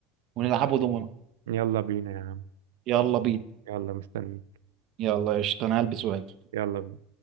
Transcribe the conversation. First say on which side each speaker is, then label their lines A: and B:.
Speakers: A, on the right; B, on the right.
A: ونلعبوا دومنا
B: يلا بينا يا عم
A: يلا بينا
B: يلا مستنيك
A: يلا قشطة أنا هلبس وهاجي
B: يلا بينا